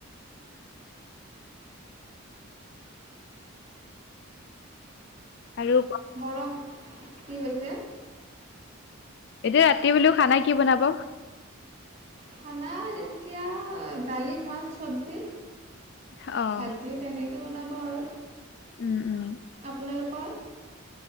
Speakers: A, on the left; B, on the right.
A: আৰু কবি
B: গৰম কি কৈছে?
A: যে ৰাতি বোলো খানা কি বনাব?
B: খানা এতিয়া দালি, ভাত, চব্জি।
A: অ',
B: ভাজি তেনেকে বনাব আৰু
A: উম, উম।
B: আপোনালোকৰ।